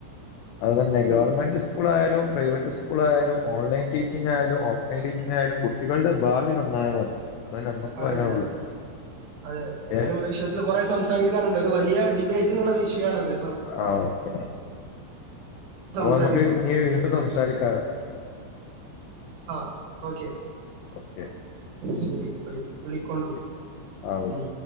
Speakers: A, on the left; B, on the right.
A: അതന്നെ ഗവൺമെന്റ്
B: ഉം
A: സ് സ്കൂളായാലും പ്രൈവറ്റ് സ്കൂളായാലും ഓൺലൈൻ ടീച്ചിങ് ആയാലും ഓഫ്‌ലൈൻ ടീച്ചിങ് ആയാലും കു ട്ടികൾടെ ഭാവി നന്നായാ മതി. അതേ നമുക്ക്
B: അതെ
A: പറയാനുള്ളൂ
B: അതെ അതെ,
A: ഓക്കെ
B: എതാലും വിഷയത്തില് കൊറെ സംസാരിക്കാന്ണ്ട് ഒരു വലിയ ഡിബേറ്റ് ത്തിന്ള്ള വിഷയാണത്.
A: ആഹ്‌ ഓഹ്. അപ്പൊ
B: സംസാരിക്കുക
A: നമുക്ക് ഇനി വീണ്ടും സംസാരിക്കാ
B: ആഹ്‌ ഓക്കെ
A: ഓക്കെ
B: ശെരി ബൈ. വിളികൊണ്ടു
A: ശരി ആ ഓക്കെ.
B: ഉം.